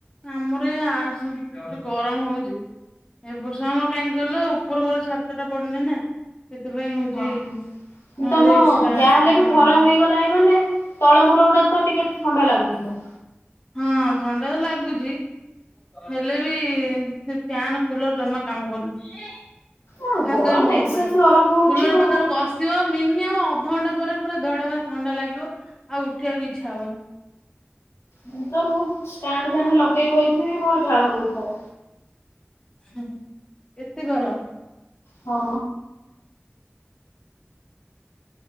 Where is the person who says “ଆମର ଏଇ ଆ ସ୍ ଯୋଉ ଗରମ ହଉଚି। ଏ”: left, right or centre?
Left